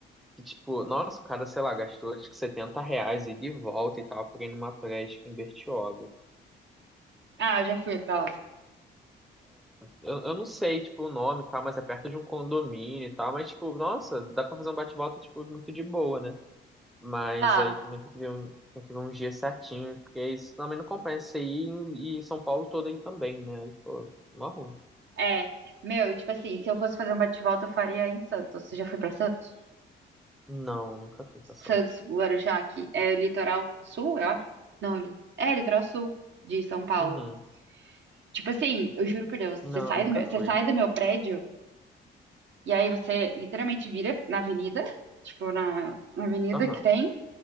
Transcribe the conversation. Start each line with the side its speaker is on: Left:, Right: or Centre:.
Centre: que, tipo, nossa, o cara, sei lá, gastou, acho que 70 reais e de volta e tal, pra ir numa praia, acho que em Bertioga.
Right: Ah, eu já fui pra lá.
Centre: Eu, eu não sei, tipo, o nome e tal, mas é perto de um condomínio e tal. Mas, tipo, nossa, dá pra fazer um bate-volta, tipo, muito de boa, né? Mas
Right: Ah,
Centre: aí também tem que ver um, tem que ver um dia certinho, porque isso também não compensa você ir em- e São Paulo todo aí também, né? Aí, pô, mó ruim.
Right: é, meu, tipo assim, se eu fosse fazer um bate-volta, eu faria em Santos. Você já foi pra Santos?
Centre: Não, nunca fui pra Santos.
Right: Santos, Guarujá, que é o litoral sul, eu acho. Não, li- é litoral sul de São Paulo.
Centre: Uhum.
Right: Tipo assim, eu juro por Deus,
Centre: Não,
Right: você sai
Centre: nunca
Right: do meu, você
Centre: fui.
Right: sai do meu prédio e aí você literalmente vira na avenida, tipo na, na avenida
Centre: Aham.
Right: que tem,